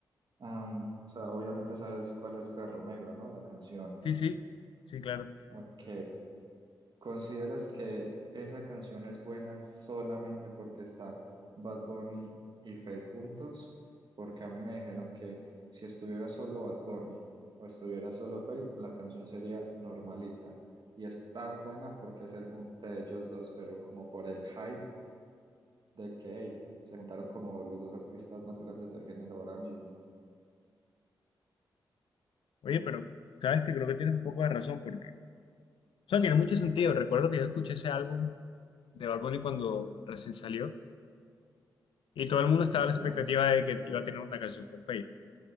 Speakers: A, on the right; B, on the left.
A: Am, o sea, obviamente sabes cuál es Perro Negro, ¿no? La canción.
B: Sí, sí. Sí, claro.
A: Ok. ¿Consideras que esa canción es buena solamente porque está Bad Bunny y Fate juntos? Porque a mí me dijeron que si estuviera solo Bad Bunny o estuviera solo Fate, la canción sería normalita. Y es tan buena porque es el junte de ellos dos, pero como por el hype de que hey, se juntaron como los dos artistas más grandes del género ahora mismo.
B: Oye, pero sabes que creo que tienes un poco de razón porque... O sea, tiene mucho sentido. Recuerdo que yo escuché ese álbum de Bad Bunny cuando recién salió y todo el mundo estaba
A: También,
B: a la expectativa de que iba a tener una canción con Fate.